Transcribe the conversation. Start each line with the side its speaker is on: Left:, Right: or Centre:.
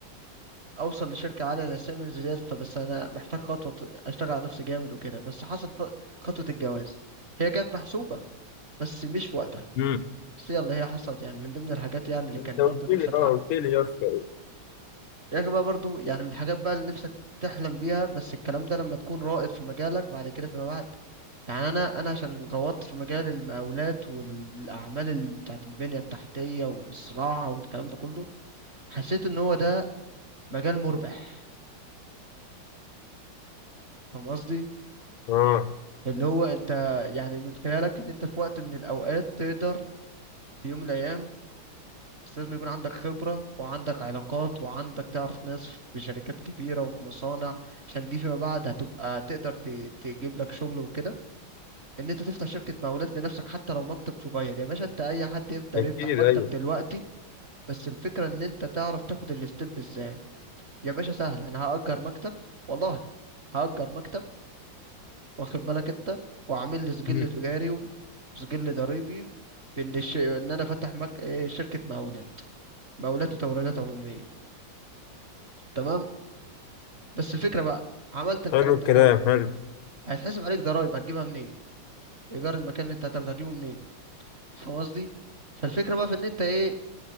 Right: اوصل لشركه عاليه زي سيمنز ديت فبس انا محتاج خطوه اشتغل على نفسي جامد وكده بس حصل ف- خطوه الجواز هي كانت محسوبه بس مش في وقتها
Left: امم
Right: بس يلا هي حصلت يعني من ضمن الحاجات يعني اللي
Left: انت
Right: كان
Left: قلت
Right: برضو نفسي
Left: لي
Right: اتحقق
Left: اه قلت لي يا اسطى
Right: يا اخي بقى برضو يعني من الحاجات بقى اللي نفسك تحلم بيها بس الكلام ده لما تكون رائد في مجالك بعد كده فيما بعد يعني انا انا عشان غوطت في مجال المقاولات والاعمال ال- بتاعت البنية التحتية والصناعة والكلام ده كله حسيت ان هو ده مجال مربح فاهم قصدي
Left: اه
Right: اللي هو انت يعني من خلالك ان انت في وقت من الاوقات تقدر في يوم من الايام بس لازم يكون عندك خبرة وعندك علاقات وعندك تعرف ناس في شركات كبيرة وفي مصانع عشان دي فيما بعد هتبقى تقدر ت- تجيب لك شغل وكده ان انت تفتح شركة مقاولات لنفسك حتى لو مكتب صغير يا باشا انت اي حد يقدر
Left: اكيد
Right: يفتح مكتب
Left: ايوه
Right: دلوقتي بس الفكرة ان انت تعرف تاخد الستيب ازاي يا باشا سهل انا هأجر مكتب والله هأجر مكتب واخد بالك انت واعمل لي سجل
Left: امم
Right: تجاري وسجل ضريبي بان الش- ان انا فاتح مك... إيه، شركة مقاولات مقاولات وتوريدات عمومية تمام بس الفكرة بقى عملت الكلام
Left: حلو الكلام
Right: ده كله
Left: حلو
Right: هيتحسب عليك ضرايب هتجيبها منين ايجار المكان اللي انت هتاخده هتجيبه منين فاهم قصدي فالفكرة بقى في ان انت ايه